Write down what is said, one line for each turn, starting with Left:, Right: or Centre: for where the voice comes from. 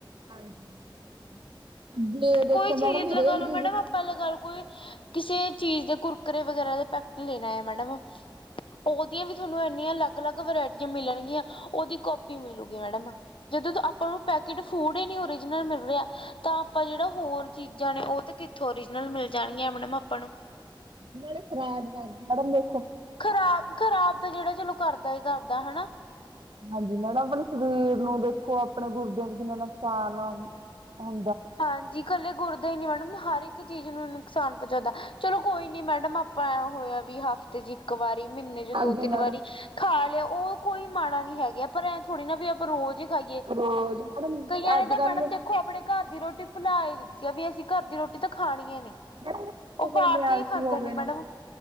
Right: ਹਾਂਜੀ। ਜੇ ਦੇਖੋ
Left: ਕੋਈ ਚੀਜ਼
Right: ਮੈਡਮ ਹਰੇਕ
Left: ਲਗਾ ਲਓ
Right: ਦੇ
Left: ਮੈਡਮ ਆਪਾ ਲਗਾਲੋ ਕੋਈ ਕਿਸੇ ਚੀਜ਼ ਦੇ ਕੁਰਕਰੇ ਵਗੈਰਾ ਦੇ ਪੈਕਟ ਲੈਣਾ ਐ ਮੈਡਮ
Right: <inaudible>
Left: ਉਹਦੀਆਂ ਵੀ ਥੋਨੂੰ ਇੰਨੀਆਂ ਅਲੱਗ-ਅਲੱਗ ਵਰਾਇਟੀਆਂ ਮਿਲਣਗੀਆਂ, ਉਹਦੀ ਕੋਪੀ ਮਿਲੂਗੀ ਮੈਡਮ। ਜਦੋਂ ਤੋਂ ਆਪਾਂ ਨੂੰ ਪੈਕੇਟ ਫੂਡ ਈ ਨੀ ਓਰੀਜਨਲ ਮਿਲ ਰਿਹਾ ਤਾਂ ਆਪਾਂ ਜਿਹੜਾ ਹੋਰ ਚੀਜ਼ਾਂ ਨੇ ਉਹ ਤਾਂ ਕਿੱਥੋਂ ਓਰੀਜਨਲ ਮਿਲ ਜਾਣਗੀਆਂ ਮੈਡਮ ਆਪਾਂ ਨੂੰ।
Right: ਨਾਲੇ ਕਿਰਾਇਆ ਵੀ ਲੱਗਦਾ ਮੈਡਮ ਦੇ
Left: ਖ਼ਰਾਬ-ਖ਼ਰਾਬ ਤਾਂ ਜਿਹੜਾ ਚਲੋ ਕਰਦਾ ਏ ਕਰਦਾ ਹਨਾ
Right: ਹਾਂਜੀ ਮੈਡਮ ਆਪਣੇ ਸਰੀਰ ਨੂੰ ਦੇਖੋ ਆਪਣੇ ਗੁਰਦਿਆਂ ਚ ਕਿੰਨਾ ਨੁਕ <unintelligible>
Left: ਹਾਂਜੀ, ਕੱਲੇ ਗੁਰਦਾ ਈ ਨੀ ਮੈਡਮ ਹਰ ਇੱਕ ਚੀਜ਼ ਨੂੰ ਨੁਕਸਾਨ ਪਹੁੰਚਾਉਂਦਾ, ਚਲੋ ਕੋਈ ਨੀ ਮੈਡਮ ਆ ਆਪਾ ਹੋਇਆ ਵੀ ਹਫ਼ਤੇ ਚ ਇੱਕ ਵਾਰੀ, ਮਹੀਨੇ ਚ
Right: ਹਾਂਜੀ
Left: ਦੋ-ਤਿੰਨ
Right: ਮੈਡਮ
Left: ਵਾਰੀ ਖਾ ਲਿਆ ਉਹ ਕੋਈ ਮਾੜਾ ਨੀ ਹੈਗਾ ਪਰ ਐਂ ਥੋੜ੍ਹੀ ਨਾ ਵੀ ਆਪ ਪਾ ਰੋਜ਼ ਈ ਖਾਈਏ।
Right: ਰੋਜ਼ ਮੈਡਮ
Left: ਕਈਆਂ ਨੇ
Right: ਅੱਜ
Left: ਤਾਂ
Right: ਕੱਲ
Left: ਮੈਡਮ ਦੇਖੋ ਆਪਣੇ ਘਰ ਦੀ ਰੋਟੀ ਭੁਲਾ ਏ ਦਿੱ ਤੀ ਆ ਵੀ ਅਸੀਂ ਘਰ ਦੀ ਰੋਟੀ ਤਾਂ ਖਾਣੀ ਈ ਨੀ,
Right: ਮੈਡਮ ਲੋਕ
Left: ਉਹ ਬਾਹਰ
Right: ਇੰਨੇ ਆਲਸੀ
Left: ਦੀ ਈ ਖਾਂਦੇ
Right: ਹੋ ਗਏ
Left: ਨੇ ਮੈਡਮ।